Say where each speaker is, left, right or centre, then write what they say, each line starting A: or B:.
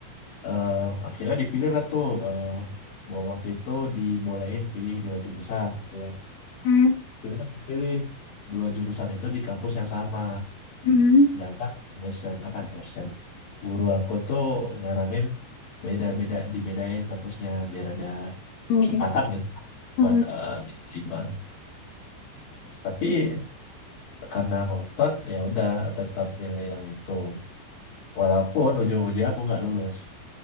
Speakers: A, on the left; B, on the left.
A: eh, akhirnya dipilih lah tuh eh, bahwa waktu itu dibolehin pilih dua jurusan gitu kan.
B: Hmm,
A: kita pilih dua jurusan itu di kampus yang sama.
B: hmm,
A: Sedangkan dosen, apa dosen, guru aku tuh nyaranin beda-beda, dibedain kampusnya biar ada
B: hmm,
A: kesempatan
B: gitu. ya.
A: gitu kan
B: Hmm.
A: buat eh, diterima. Tapi karena ngotot ya udah tetap milih yang itu. Walaupun ujung-ujungnya aku nggak lulus,